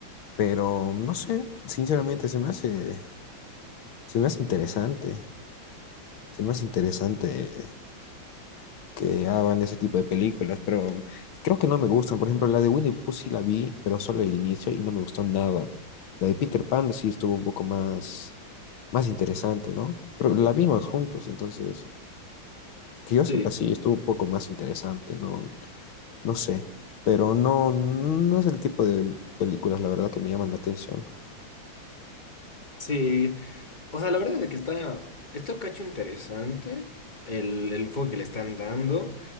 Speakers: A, on the left (about 80°); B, on the left (about 25°).
A: pero no sé, sinceramente se me hace, se me hace interesante, se me hace interesante que hagan ese tipo de películas, pero mm, creo que no me gustan. Por ejemplo, la de Winnie Pooh sí la vi, pero solo el inicio y no me gustó nada. La de Peter Pan sí estuvo un poco más, más interesante, ¿no? Pero la vimos juntos, entonces, que yo sepa,
B: sí
A: sí, estuvo un poco más interesante, no, no sé. Pero no, no es el tipo de películas, la verdad, que me llaman la atención.
B: Sí, o sea, la verdad es que está, está un cacho interesante el, el enfoque que le están dando